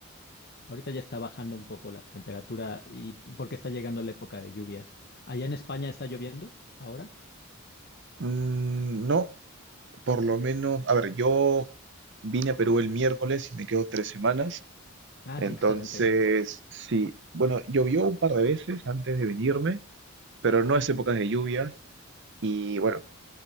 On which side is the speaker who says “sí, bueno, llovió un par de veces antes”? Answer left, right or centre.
Right